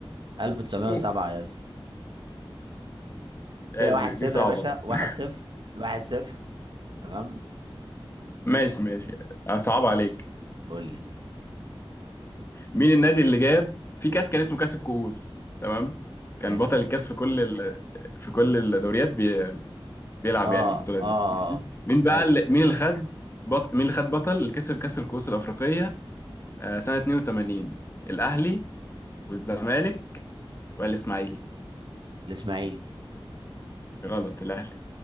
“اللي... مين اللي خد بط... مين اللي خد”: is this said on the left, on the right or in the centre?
Left